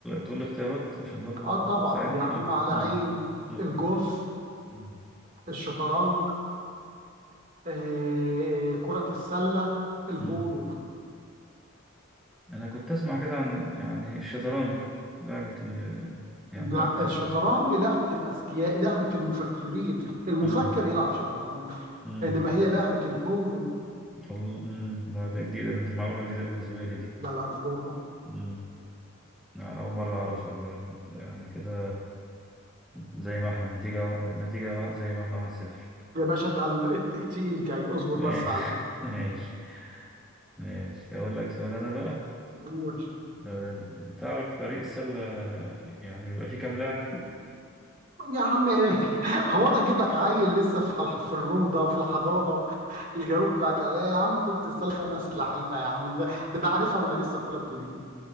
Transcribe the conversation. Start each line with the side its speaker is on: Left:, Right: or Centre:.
Centre: تقول لي اختيارات عشان برضه
Right: اه طبعا
Centre: تساعدني
Right: يا عم
Centre: اه
Right: على
Centre: مم.
Right: عيني
Centre: يقول
Right: الجولف
Centre: مم.
Right: الشطرنج آه، آه، كرة السلة البولو
Centre: مم. انا كنت اسمع كده عن يعني الشطرنج لعبة ال يعني
Right: لا
Centre: لعبة
Right: الشطرنج
Centre: ال
Right: لعبة الأذكياء لعبة المفكرين المفكر
Centre: مم.
Right: يلعب شطرنج
Centre: مم.
Right: إنما هي لعبة البولو
Centre: الله مم. لا، دي جديدة بال- معلومة جديدة بالنسبة لي
Right: لا لا البولو
Centre: دي لا، أول مرة أعرفها بجد يعني كده زي ما احنا نتيجة النتيجة زي ما احنا واحد صفر
Right: يا باشا اتقل- الت- التقيل جاي اصبر
Centre: ماشي
Right: بس عليا
Centre: <laughs> ماشي ماشي. أقول لك سؤال أنا بقى
Right: قول
Centre: ده- تعرف فريق السلة يعني بيبقى فيه كام لاعب؟
Right: يا عم ايه <laughs> هو انا اجيب لك عيل لسه في الح- في الروضه في الحضانه يجاوب لك عليها يا عم كرة السله خمس لعيبه يا عم ده, ده انا عارفها وانا لسه في اولى ابتدائي